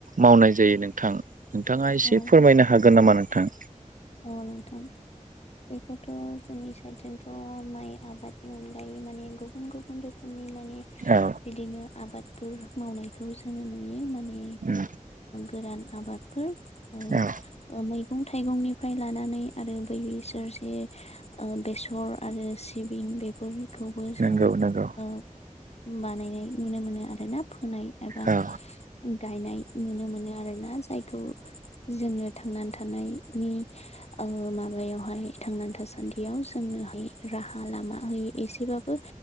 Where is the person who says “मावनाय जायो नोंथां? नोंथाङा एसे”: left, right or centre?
Right